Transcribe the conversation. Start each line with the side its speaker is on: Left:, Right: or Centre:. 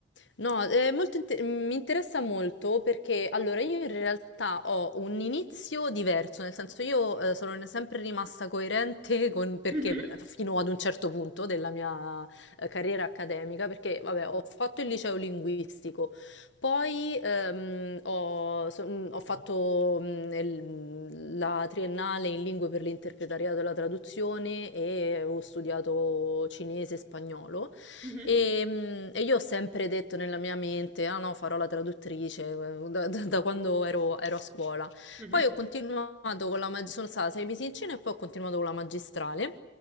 Left: no, è molto inte- mi interessa molto perché allora io in realtà ho un inizio diverso, nel senso io eh, sono sempre rimasta coerente con perché
Right: Mhm,
Left: pr- fino ad un certo punto della mia eh, carriera accademica, perché vabbè, ho fatto il liceo linguistico. Poi ehm, ho, so- mh, ho fatto mh, il- la triennale in lingue per l'interpretariato e la traduzione e ho studiato cinese e spagnolo
Right: mhm,
Left: e, mh, e io ho sempre detto nella mia mente, ah no, farò la traduttrice eh, da, da- da quando ero, ero a scuola.
Right: mhm,
Left: Poi ho continuato con la magistrale, sono stata sei mesi in Cina e poi ho continuato con la magistrale.